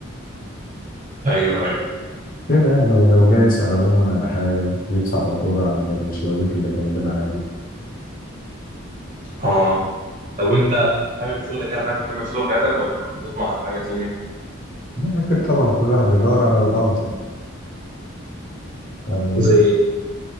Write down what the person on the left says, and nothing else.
كده يعني لو جاي يسأل عموما على حاجة يدفع فاتورة عند الشبابيك اللي جنبنا عادي
أكيد طبعا كل واحد بيدور على الأفضل يعني